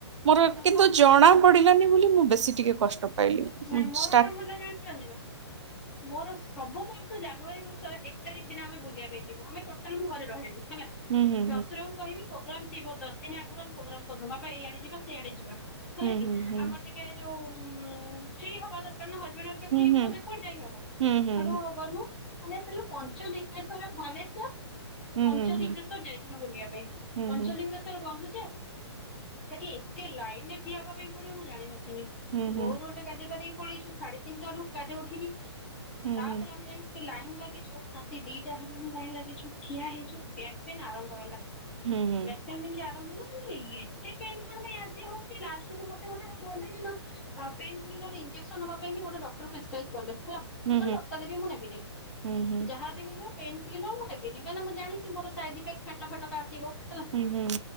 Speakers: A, on the right; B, in the centre.
A: ମୋର କିନ୍ତୁ
B: କଣ
A: ଜଣା ଜଣା ପଡ଼ିଲାନି ବୋଲି ମୁଁ ବେଶୀ ଟିକେ କଷ୍ଟ ପାଇଲି
B: ନାଇଁ।
A: ମୁଁ
B: ମୋର
A: ଷ୍ଟାର୍ଟ
B: କଣ ହେଲା ଜାଣିଛନ୍ତି ନା? ମୋର ସବୁ ବର୍ଷ ଜାନୁୟାରୀ ମାସରେ ଏକ ତାରିଖ ଦିନ ଆମେ ବୁଲିବା ପାଇଁ ଯିବୁ, ଆମେ ଟୋଟାଲ ମୁଁ ଘରେ ରହେନି। ହେଲା,
A: ହୁଁ ହୁଁ
B: ଶ୍ୱଶୁରଙ୍କୁ କହିବି ପ୍ରୋଗ୍ରାମ ଥିବ, ଦଶଦିନ ଆଗରୁ ଆମେ ପ୍ରୋଗ୍ରାମ କରୁ ବାପା, ଏଇଆଡେ ଯିବା, ସେଇଆଡେ ଯିବା। ହେଲା
A: ହୁଁ
B: କି
A: ହୁଁ ହୁଁ
B: ଆମର ଟିକେ ଯୋଉ ହୁଁ ଫ୍ରି ହବା ଦରକାର୍ କାରଣ ହଜବ୍ୟାଣ୍ଡ ହେରିକା ଫ୍ରି
A: ହୁଁ
B: ନହେଲେ କୁଆଡ଼େ ଯାଇହବ? ସେଠୁଁ
A: ହୁଁ ହୁଁ
B: ଗଲୁ ମାନେ ସେଠୁ ପଞ୍ଚଲିଙ୍ଗେଶ୍ଵର ବାଲେଶ୍ଵର
A: ହୁଁ
B: ପଞ୍ଚଲିଙ୍ଗେଶ୍ଵର
A: ହୁଁ ହୁଁ
B: ଯାଇଥିଲୁ ବୁଲିବା ପାଇଁ।
A: ହୁଁ
B: ପଞ୍ଚଲିଙ୍ଗେଶ୍ଵର
A: ହୁଁ
B: ଗଲୁ ସେଠି ଏତେ ଲାଇନରେ ଠିଆ ହେବା ପାଇଁ ପଡିବ ମୁଁ ଜାଣିନ
A: ହୁଁ
B: ଭୋରୁ
A: ହୁଁ
B: ଗୋଟେ ଗାଧୋଇ ପାଧେଇ ପଳେଇଚୁ ଶାଢେ ତିନିଟାରୁ ଗାଡ଼ିରେ ଉଠିକି ତାପରେ
A: ହୁଁ ହୁଁ ହୁଁ
B: ଆମେ ଯାଇଛ ଲାଇନ୍ ଲାଗିଛୁ ଆାସି ଦିଟା ହେଲାଣି ଲାଇନ୍ ଲାଗିଛୁ ଠିଆ ହେଇଛୁ, ବ୍ୟାକ୍ ପେନ୍ ଆରମ୍ଭ ହେଲା।
A: ହୁଁ ହୁଁ
B: ବ୍ୟାକ ପେନ୍ ଯେମିତି ଆରମ୍ଭ <inaudible> ଏତେ ପେନ୍ କଣ ପାଇଁ ଆଜି ହଉଚି, ଲାଷ୍ଟକୁ ମତେ ଗୋଟେ <inaudible> ପେନ୍ କ୍ଲିନର ଇଞ୍ଜେକସନ ନବା ପାଇଁ ବି ଗୋଟେ ଡକ୍ଟର ପେସକ୍ରାଇବ କଲେ। ହେଲା
A: ହୁଁ ହୁଁ ହୁଁ ହୁଁ ହୁଁ ହୁଁ ହୁଁ ହୁଁ
B: ମାନେ ଟୋଟାଲି ବି ମୁଁ ନେବିନି।
A: ହୁଁ
B: ଯାହା ବି ହେଇଯ ପେନ୍କିଲର ନେବିନି କହିଁକି ନା ମୁଁ ଜାଣିଚି ମୋର ସାଇଡ ଇଫେକ୍ଟ ପେଟ ଫେଟ କାଟିବ। ହେଲା
A: ହୁଁ ହୁଁ